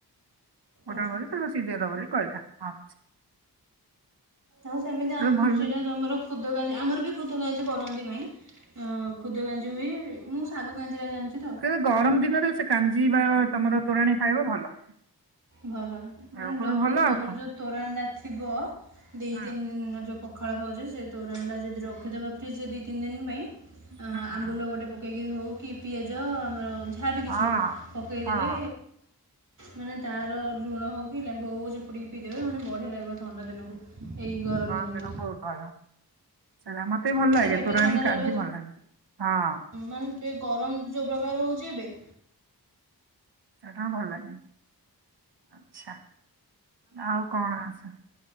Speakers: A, on the right (about 80°); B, on the right (about 50°).
A: ଫୁଟଣ
B: ଆଚ୍ଛା
A: ପକେଇକି ସେଇଠୁ ସିଜିଗଲା ବୋଲି କହିଲା, ହଁ।
B: ଆଉ ସେମିତି
A: ନାହିଁ ଭଲ
B: ସେଇଟା
A: ହୁଁ।
B: ଆମର କ୍ଷୁଦ କାର୍ ଆମର ବି ଖୁଦ କାଞ୍ଜି କରନ୍ତି ମାଇଁ। ଖୁଦ କାଞ୍ଜି ହୁଏ, ମୁଁ ଶାଗ କାଞ୍ଜି ଟା ଜାଣିଛି ତ।
A: କିନ୍ତୁ ଗରମ ଦିନରେ ସେ କାଞ୍ଜି ବା ତମର ତୋରାଣି ଖାଇବ ଭଲ।
B: ଭଲ
A: ଦେହକୁ
B: ମାନେ ଡଙ୍କ
A: ବି ଭଲ ଆଉ
B: ଆମର
A: କଣ।
B: ଯେଉଁ ତୋରାଣଟା ଥିବ
A: ହୁଁ
B: ଦୁଇ
A: ହୁଁ
B: ତିନି ଦିନର ଯେଉଁ ପଖାଳ ଖାଉଛି ସେ ତୋରାଣଟା ଯଦି ରଖିଦେବା ଫ୍ରିଜରେ ଦୁଇ ତିନି ଦିନ ପାଇଁ,
A: ହୁଁ
B: ଆମ୍ବୁଲ
A: ହୁଁ।
B: ଗୋଟେ ପକେଇକି ହେଉ କି ପିଆଜ, ଆମର ଯାହା ବି କିଛି
A: ହଁ
B: ପକାଇଦେବେ
A: ହଁ ହଁ ହଁ
B: ମାନେ ତା ର ଲୁଣ ହଉ କି ଲେମ୍ବୁ ହଉ ଚିପୁଡ଼ିକି ପିଇ ଦେବେ, ମାନେ ବଢିଆ ଲାଗିବ ଥଣ୍ଡା ଦିନକୁ। ଏଇ ଗରମ
A: ତୋରାଣୀ
B: ଦିନକୁ।
A: ଦିନ ବହୁତ ଭଲ ଶେରା ମତେ ଭଲ
B: ମାନେ
A: ଲାଗେ
B: ପେଟ
A: ତୋରାଣୀ
B: ଥଣ୍ଡା ରହିବ
A: କାନ୍ତି ଭଲ ଲାଗନେ ହଁ।
B: ମାନେ ଟିକେ ଗରମ ଯୋଉ ପ୍ରକାର ହେଉଛି ଏବେ
A: ସେଟା ଭଲ ଲାଗେ ଆଛା। ଆଉ କଣ ଆସ